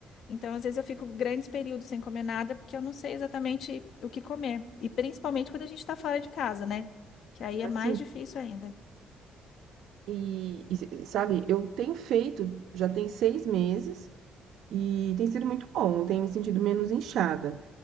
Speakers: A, on the left; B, on the right.
A: Então, às vezes, eu fico grandes períodos sem comer nada porque eu não sei exatamente o que comer. E principalmente quando a gente está fora de casa, né? Que aí é
B: Assim.
A: mais difícil ainda.
B: E, e, se- sabe, eu tenho feito, já tem seis meses, e tem sido muito bom. Eu tenho me sentido menos inchada.